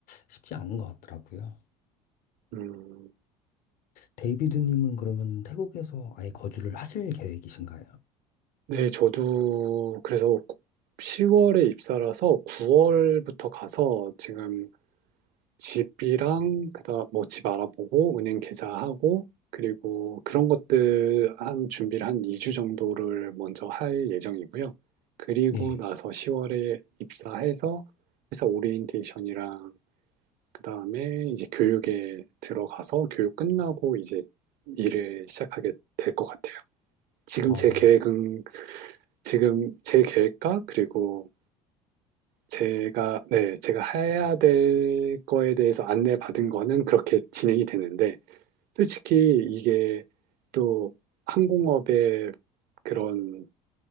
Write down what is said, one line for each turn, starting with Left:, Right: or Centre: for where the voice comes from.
Left: 쉽지 않은 것 같더라고요.
Right: 음.
Left: 데이비드님은 그러면 태국에서 아예 거주를 하실 계획이신가요?
Right: 네, 저도 그래서 10월에 입사라서 9월부터 가서 지금 집이랑 그다음 뭐 집 알아보고 은행 계좌하고 그리고 그런 것들 한 준비를 한 2주 정도를 먼저 할 예정이고요. 그리고
Left: 네.
Right: 나서 10월에 입사해서 회사 오리엔테이션이랑 그다음에 이제 교육에 들어가서 교육 끝나고 이제 일을 시작하게 될 것 같아요. 지금
Left: 아,
Right: 제 계획은 지금 제 계획과 그리고 제가, 네, 제가 해야 될 거에 대해서 안내받은 거는 그렇게 진행이 되는데, 솔직히 이게 또 항공업의 그런